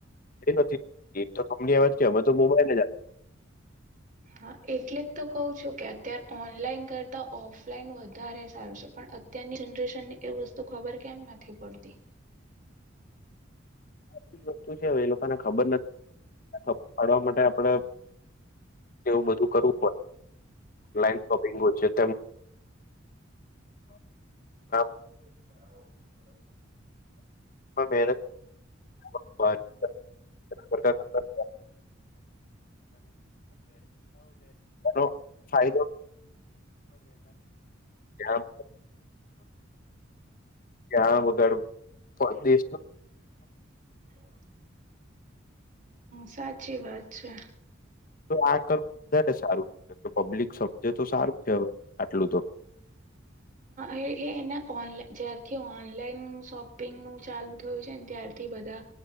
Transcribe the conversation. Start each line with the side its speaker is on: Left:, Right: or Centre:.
Left: એ નથી એ તો કંપનીમાં જ કે અમે તો મોબાઈલ જ
Right: હા એટલે જ તો કહ છુ, કે અત્યારે ઓનલાઈન કરતા ઓફલાઈન વધારે સારું છે, પણ અ ત્યંની જનરેશન ની એ વસ્તુ ખબર કેમ નથી પડતી
Left: જ વસ્તુ છે એ લોકોને ખબર નથી ખ પાડવા માટે આપડણે એવું બધું કરવું પડે લન શોપિંગ હોય છે, તેમ <inaudible>
Right: <inaudible>
Left: <unintelligible> નો ફાયદો હામ ત્યાં વગડ કો દેશ
Right: હા સાચી વાત છે.
Left: તો આ કરવું વધારે સારુ પબ્લિક શબ્જ તો સારું છે, હવે આટલું તો
Right: એ એના ઓનલા જ્યારથી ઓનલાઈન શોપિંગનું ચાલુ થયું છે ને ત્યારથી બધા